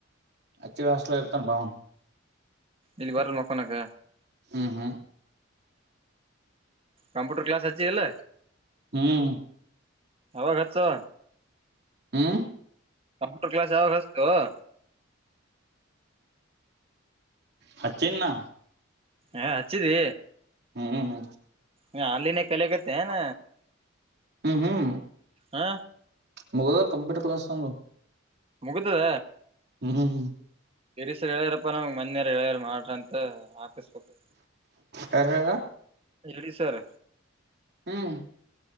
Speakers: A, on the right (about 55°); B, on the right (about 30°).
A: ಅಚ್ಚ ಹಸ್ ಇರ್ತಾನ್ ಬಾ ಅವ್ನ್.
B: ಇಲ್ ಬರಲ್ ಮಕ್ಕನಕ್ಕ
A: ಹ್ಮ್ ಹ್ಮ್
B: ಕಂಪ್ಯೂಟರ್ ಕ್ಲಾಸ ಹಚ್ಚಿ ಅಲ್ಲ
A: ಹ್ಮ್
B: ಹೋಗ್ ಹಚು.
A: ಹ್ಮ್
B: ಕಂಪ್ಯೂಟರ್ ಕ್ಲಾಸ್ ಯಾವಾಗ ಹಸ್ತೋ ಓಓಓ
A: ಹಚ್ಚಿನ ನಾ
B: ಯೇ ಹಚ್ಚಿದಿ
A: ಹ್ಮ್
B: ಯೇ ಆನ್ಲೈನ್ ಕಲೆಕತಿ ಯೆನ್
A: ಹ್ಮ್ ಹ್ಮ್
B: ಹಾ
A: ಮುಗದ ಕಂಪ್ಯೂಟರ್ ಕ್ಲಾಸ್ ತದು
B: ಮುಗತದ
A: ಹ್ಮ್
B: ಹೇಳ್ಯಾರಪ್ಪ ನಾವ ಮನೆಯ ಹೇಳರು ಮಾಡ್ರ ಅಂತ ಹಾಕಿಸ್ಬೇಕು
A: ಯ ಹೇಳ
B: ಹೇಳಿ ಸರ್
A: ಹ್ಮ್